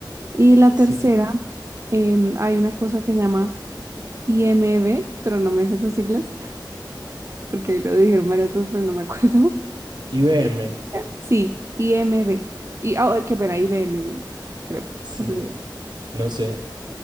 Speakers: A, on the right; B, on the right.
A: Y la
B: sí,
A: tercera, em, hay una cosa que se llama IMB, pero no me sé las siglas, porque lo dijeron varias veces, pero no me acuerdo. <laughs>
B: IBM,
A: Y- Sí, IMB. Y, ah, qué pena, IBM, creo,
B: sí,
A: no estoy segura.
B: no sé,